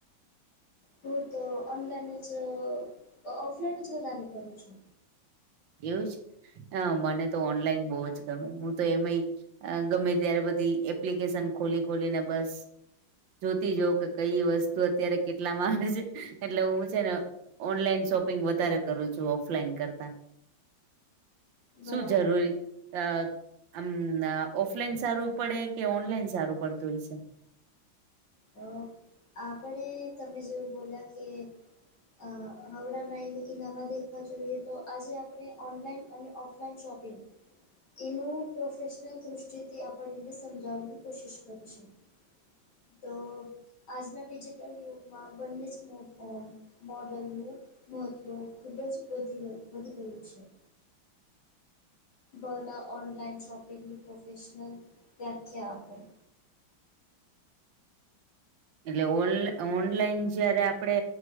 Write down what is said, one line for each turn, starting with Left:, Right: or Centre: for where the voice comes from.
Left: હું તો ઓનલાઈન જ ઓફલાઈન જ વધારે કરું છું.
Right: એવું જ હ મને તો ઓનલાઈન બહુ જ ગમે હું તો એમ અ ગમે ત્યારે બધી એપ્લિકેશન ખોલી ખોલીને બસ. જોતી જવ કે કઈ વસ્તુ અત્યારે કેટલામાં આવે છે એટલે હું છે ને ઓનલાઈન શોપિંગ વધારે કરું છું ઓફલાઈન કરતા. શું
Left: બરાબર
Right: જરૂરી. અ આમ ઓફલાઈન સારું પડે કે ઓનલાઈન સારું પડતું હોય છે?
Left: તો. આપણે તમે જેવું બોલ્યા કે અ હવડા ઈનામાં દેખવા જોઈએ તો આજે આપણે ઓનલાઈન અને ઓફલાઈન શોપિંગ. એનું પ્રોફેશનલ દૃષ્ટિથી આપણે એને સમજાવવાની કોશિશ કરીશું. તો. આજના ડિજિટલ યુગમાં બંને જ મો મોડલનું. મહત્વ ખુબ જ વધી વધી ગયું છે. બ ના ઓનલાઈન શોપિંગની પ્રોફેશનલ વ્યાખ્યા આપો.
Right: એટલે ઓન ઓનલાઈન જયારે આપડે